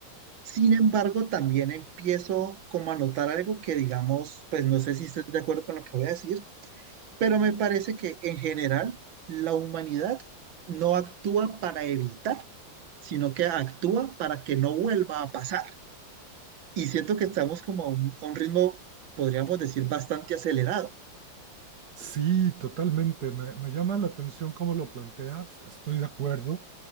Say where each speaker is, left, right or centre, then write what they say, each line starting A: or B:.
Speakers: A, on the right (about 85°); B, on the right (about 55°).
A: Sin embargo, también empiezo como a notar algo que, digamos, pues no sé si estés de acuerdo con lo que voy a decir, Pero me parece que en general la humanidad no actúa para evitar, sino que actúa para que no vuelva a pasar. Y siento que estamos como a un, a un ritmo, podríamos decir, bastante acelerado.
B: Sí, totalmente. Me, me llama la atención cómo lo planteas. Estoy de acuerdo.